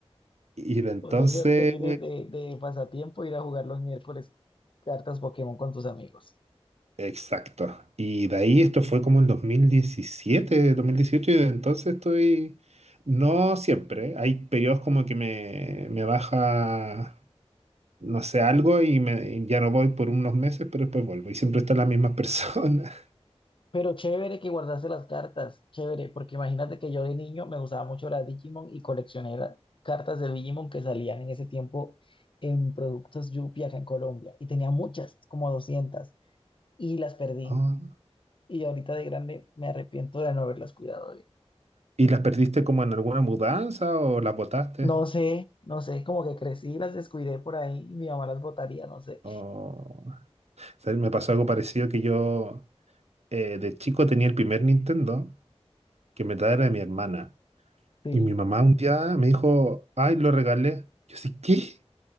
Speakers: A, on the right (about 75°); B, on the left (about 50°).
A: Y de entonces,
B: O sea que ahorita tienes de, de pasatiempo ir a jugar los miércoles cartas Pokémon con tus amigos.
A: exacto. Y de ahí esto fue como en 2017, 2018 y de entonces estoy, no siempre, hay periodos como que me, me baja. no sé, algo y, me, y ya no voy por unos meses, pero después vuelvo. Y siempre están las mismas personas. <laughs>
B: Pero chévere que guardaste las cartas, chévere, porque imagínate que yo de niño me gustaba mucho la Digimon y coleccioné la- cartas de Digimon que salían en ese tiempo en productos Yupi acá en Colombia. Y tenía muchas, como doscientas y las perdí.
A: Oh.
B: y ahorita de grande me arrepiento de no haberlas cuidado bien.
A: ¿Y las perdiste como en alguna mudanza o las botaste?
B: No sé, no sé, como que crecí y las descuidé por ahí y mi mamá las botaría, no sé.
A: O... o me pasó algo parecido que yo eh, de chico tenía el primer Nintendo que me traía de mi hermana.
B: Sí.
A: Y mi mamá un día me dijo, ay, lo regalé. Yo sí, ¿qué?